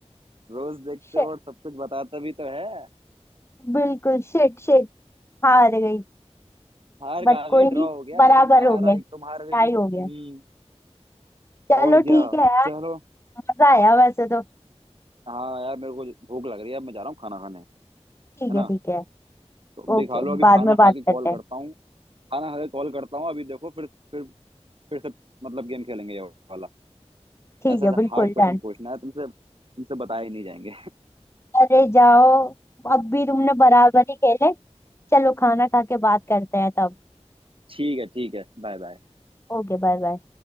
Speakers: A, on the right; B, on the left.
A: रोज देखते
B: शिट
A: हो और सब कुछ बताता भी तो है
B: बिल्कुल शिट शिट हार गई
A: हार
B: बट
A: कहाँ
B: कोई
A: गई ड्रॉ
B: नहीं
A: हो गया
B: बराबर
A: एक मैं
B: हो
A: हारा
B: गए
A: एक तुम हार गई
B: टाई
A: हम्म
B: हो गया चलो
A: और क्या
B: ठीक है यार
A: चलो
B: मजा आया वैसे तो
A: हाँ यार मेरे को भूख लग रही है अब मैं जा रहा हूँ खाना खाने है
B: ठीक
A: ना
B: है ठीक है
A: तो भी
B: ओके
A: खा लो अभी खाना
B: बाद में बात
A: खा के कॉल
B: करते
A: करता
B: हैं
A: हूँ खाना खा के कॉल करता हूँ अभी देखो फिर फिर फिर से मतलब गेम खेलेंगे ये वाला
B: ठीक
A: ऐसा
B: है
A: ऐसा
B: बिल्कुल
A: हार्ड क्वेश्चन
B: डन
A: पूछना है तुमसे तुमसे बताए ही नहीं जाएंगे
B: अरे जाओ अब भी तुमने बराबर ही खेले चलो खाना खा के बात करते हैं तब
A: <laughs> ठीक है ठीक है बाय बाय
B: Okay bye bye